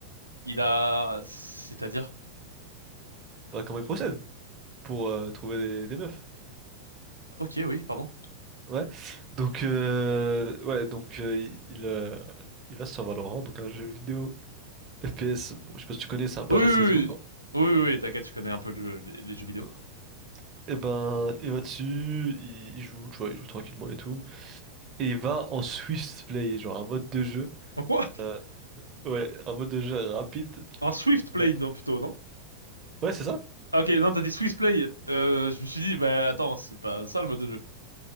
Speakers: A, on the right; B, on the right.
A: il a, c'est-à-dire,
B: Bah, comment il procède pour euh, trouver des, des meufs?
A: ok, oui, pardon.
B: Ouais. Donc, euh, ouais, donc euh, il, euh, il va sur Valorant, donc un jeu vidéo FPS. Bon, je sais pas si tu connais, c'est un peu
A: Oui,
B: à la
A: oui,
B: CSGO, quoi.
A: oui, oui, oui, t'inquiète, je connais un peu le- les, les jeux vidéo.
B: Euh, Et ben, il va dessus, il, il joue, tu vois, il joue tranquillement et tout. Et il va en Swift Play, genre un mode de jeu.
A: En quoi?
B: euh, ouais, un mode de jeu rapide.
A: En Swift Play,
B: Il y a-
A: non, plutôt, non?
B: Ouais, c'est ça?
A: Ah, ok, non, t'as dit Swift Play. Euh, je me suis dit, bah attends, c'est pas ça le mode de jeu.